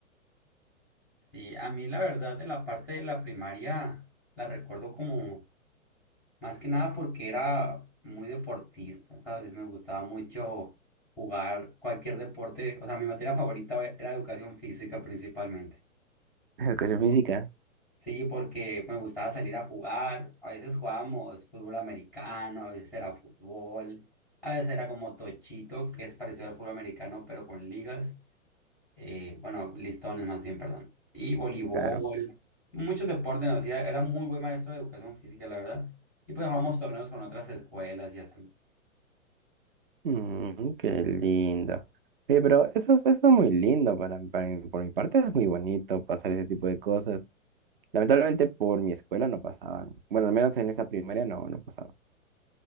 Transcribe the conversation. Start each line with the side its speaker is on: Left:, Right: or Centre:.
Centre: Sí, a mí la verdad de la parte de la primaria la recuerdo como más que nada porque era muy deportista, ¿sabes? Me gustaba mucho jugar cualquier deporte. O sea, mi materia favorita era educación física principalmente.
Right: <laughs> Educación física,
Centre: Sí, porque me gustaba salir a jugar. A veces jugábamos fútbol americano, a veces era fútbol, a veces era como tochito, que es parecido al fútbol americano, pero con ligas. Eh, bueno, listones más bien, perdón. Y voleibol,
Right: claro.
Centre: muchos deportes nos hacía. Era muy buen maestro de educación física, la verdad. Y pues jugábamos torneos con otras escuelas y así.
Right: Mm, qué lindo. Oye, pero eso, es- eso es muy lindo para, para mi- por mi parte, es muy bonito pasar ese tipo de cosas. Lamentablemente por mi escuela no pasaban. Bueno, al menos en esa primaria no, no pasaban.